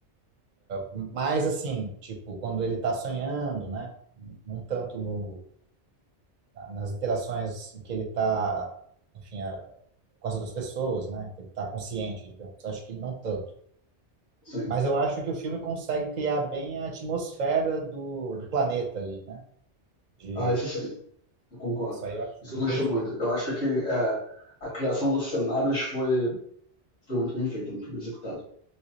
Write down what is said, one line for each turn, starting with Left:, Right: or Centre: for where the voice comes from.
Right: Mas assim, tipo, quando ele tá sonhando, né? Não tanto no, na- nas interações em que ele tá, enfim, a- com as outras pessoas, né? Que ele tá consciente, digamos. Acho que não tanto.
Left: Sim.
Right: Mas eu acho que o filme consegue criar bem a atmosfera do, do planeta ali, né? De,
Left: Ah, isso sim. Eu concordo.
Right: isso aí eu acho
Left: Isso
Right: muito
Left: eu gosto
Right: bem feito.
Left: muito. Eu acho que é, a criação dos cenários foi, foi muito bem feita, muito bem executada.